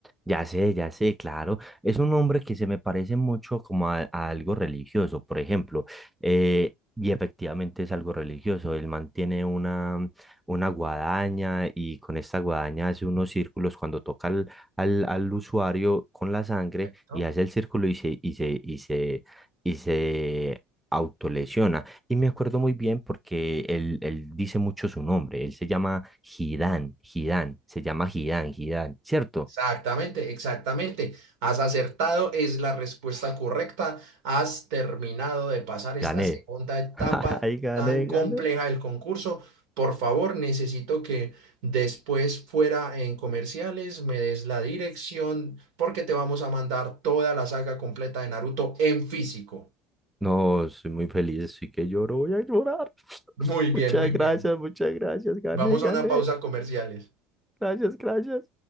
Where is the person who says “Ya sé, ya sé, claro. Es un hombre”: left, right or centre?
Centre